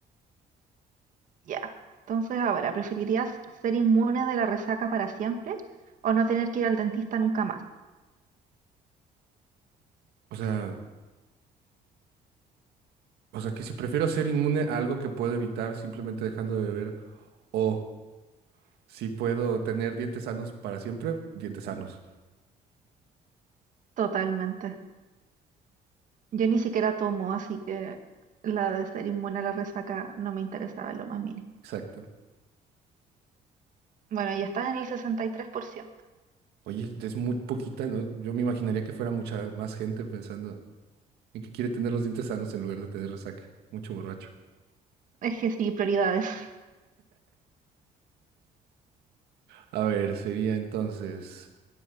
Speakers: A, on the right (about 55°); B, on the right (about 85°).
A: Ya. Entonces, ahora, ¿preferirías ser inmune de la resaca para siempre o no tener que ir al dentista nunca más?
B: O sea, o sea que si prefiero ser inmune a algo que puedo evitar simplemente dejando de beber o Si puedo tener dientes sanos para siempre, dientes sanos.
A: Totalmente. Yo ni siquiera tomo, así que la de ser inmune a la resaca no me interesaba en lo más mínimo.
B: Exacto.
A: Bueno, ya está en el 63%.
B: Oye, es muy poquita, ¿no? Yo me imaginaría que fuera mucha más gente pensando en que quiere tener los dientes sanos en lugar de tener resaca. Mucho borracho.
A: Es que sí, prioridades. <laughs>
B: A ver, sería entonces,